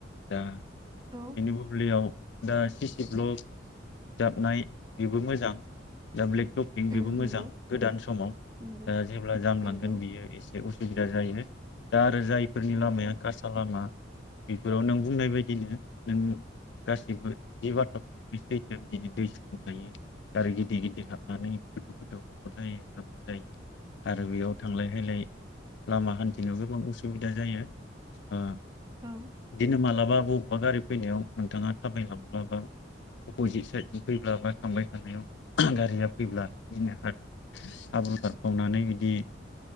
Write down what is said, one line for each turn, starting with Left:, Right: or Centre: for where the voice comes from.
Left: दा बेनि
Right: औ
Left: बुब्लियाव दा सिसि ब्लक जाबनाय बेबो मोजां दा ब्लेक टपिक बेबो
Right: उम
Left: मोजां
Right: नंगौ
Left: गोदान समाव
Right: नंगौ
Left: दा जेब्ला जामलांगोन
Right: नंगौ
Left: बियो एसे उसुबिदा जायो। दा आरो जायफोरनि
Right: नंगौ
Left: लामाया खासा लामा बेफोराव नों बुंनाय बायदिनो नों गासैबो जि बे बाथ्रा सैथोआ बिदिनो दै स्लुं थायो आरो आरो गिदिर गिदिर हाबनानै गोथौ हाखहर जायो। जायो आरो बेयाव थांलाय फैलाय लामा हान्थिनायाव गोबां उसुबिदा जायो। ओ
Right: औ
Left: दिनो मालाबा ब माबा गारि फैनायाव नोंथाङा थाबायलांब्लायबा अपजिट साइदनि फैब्ला बा थांबाय थानायाव गारिया फैब्ला बिदिनो हाब्रुथारफावनानै बिदि